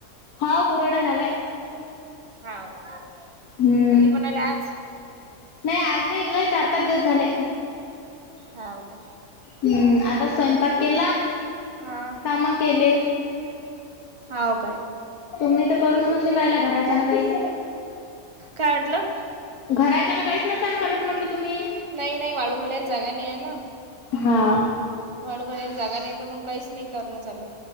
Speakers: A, on the left; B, on the right.
A: हाव कुरड्या झाल्या.
B: हाव का.
A: हं,
B: कधी बनवलं आज?
A: नही आज नाही लैई चार, पाच दिवस झाले.
B: हाव का.
A: ह्म्म, आता स्वयंपाक केला,
B: हा.
A: काम केली.
B: हाव काय?
A: तुम्ही तर करूच नसशीनं राहिला घरातल्यांना काही?
B: काय आटल?
A: घराच्यान काहीच नसानं करत म्हटलं तुम्ही?
B: नही -नही वाळू घालायला जागा नही ये ना.
A: हा.
B: वाळु घालायला जागा नाही ये, तर मग काहीच नाही करणं झाल.